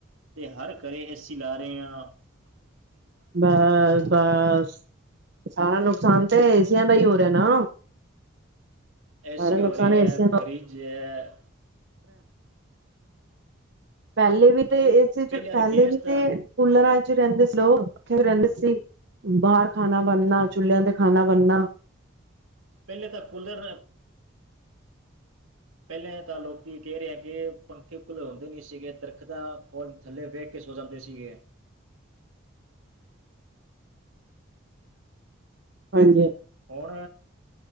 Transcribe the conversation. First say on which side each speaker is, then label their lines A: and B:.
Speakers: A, on the right (about 80°); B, on the right (about 55°).
A: ਤੇ ਹਰ ਘਰੇ ਏਸੀ ਲਾ ਰਹੇ ਆ।
B: ਬੱਸ-ਬੱਸ ' <inaudible> ' ਸਾਰਾ ਨੁਕਸਾਨ ਤਾਂ ਏਸੀਆਂ ਦਾ ਹੀ ਹੋ ਰਿਹਾ ਨਾ।
A: ਏ
B: ਸਾਰਾ
A: ਸੀ
B: ਨੁਕਸਾਨ
A: ਹੋ ਰਹੇ
B: ਏਸੀਆਂ
A: ਐ,
B: ਦਾ
A: ਫਰਿੱਜ ਐ।
B: ਪਹਿਲੇ ਵੀ
A: ਉਹ
B: ਤੇ ਇਸ ਚ ਪਹਿਲੇ
A: ਅਗੇਂਸਟ
B: ਵੀ ਤੇ ਕੂਲਰਾਂ 'ਚ ਰਹਿੰਦੇ ਸੀ। ਲੋਕ ਪੱਖਿਆ 'ਚ ਰਹਿੰਦੇ ਸੀ। ਬਾਹਰ ਖਾਣਾ ਬਣਨਾ, ਚੁਲ੍ਹਿਆਂ ਤੇ ਖਾਣਾ ਬਣਨਾ।
A: ਪਹਿਲੇ ਤਾਂ ਕੂਲਰ ਪਹਿਲਾਂ ਤਾਂ ਲੋਕੀ ਕਹਿ ਰਹੇ ਕਿ ਪੱਖੇ ਘੁਲਾਉਦੇ ਨਹੀਂ ਸੀਗੇ। ਦਰਖਤਾਂ ਥੱਲੇ ਬਹਿ ਕੇ ਸੋ ਜਾਂਦੇ ਸੀਗੇ।
B: ਹਾਂਜੀ।
A: ਹੋਣ